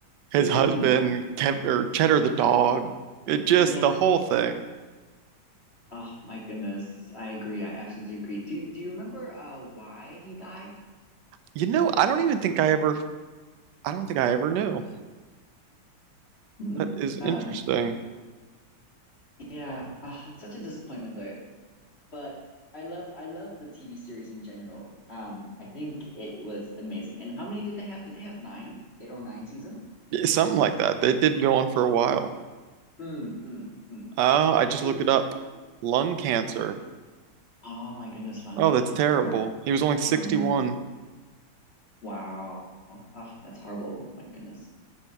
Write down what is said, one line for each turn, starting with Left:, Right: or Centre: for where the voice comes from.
Right: his
Left: Mm,
Right: husband, Kev or Cheddar the dog. It just
Left: yeah.
Right: the whole thing.
Left: Oh my goodness. I agree. I absolutely agree. Do you do you remember uh why he died?
Right: You know, I don't even think I ever I don't think I ever knew.
Left: Hmm.
Right: That is
Left: Um,
Right: interesting.
Left: yeah. Ah, it's such a disappointment though. but I loved I loved the TV series in general. Um, I think it was amazing. And how many did they have? Did they have nine, eight or nine seasons?
Right: Yeah, Something like that. It did go on for a while.
Left: Mm, mm, mm.
Right: Uh, I
Left: Actually,
Right: just looked it up. Lung cancer.
Left: oh my goodness, lung
Right: Oh,
Left: cancer.
Right: that's terrible.
Left: Oh,
Right: He was only 61.
Left: oh no. Wow. Ah, that's horrible. My goodness.